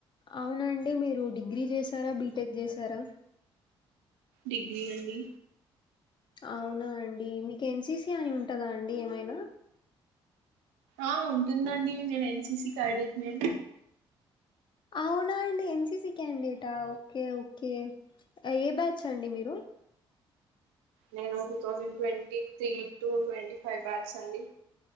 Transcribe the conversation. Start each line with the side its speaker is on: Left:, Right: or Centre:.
Left: అవునండి మీరు డిగ్రీ చేశారా బీటెక్ చేశారా
Right: డిగ్రీ అండి
Left: అవునా అండి మీకు ఎన్సిసి అని ఉంటాదా అండి ఏమైనా
Right: ఆ ఉంటుందండి నేను ఎన్సిసి క్యాడెట్ నీ
Left: అవునా అండి ఎన్సిసి క్యాండిడేటా ఓకే ఓకే ఏ బ్యాచ్ అండి మీరు
Right: నేను two thousand twenty three to twenty five batches అండి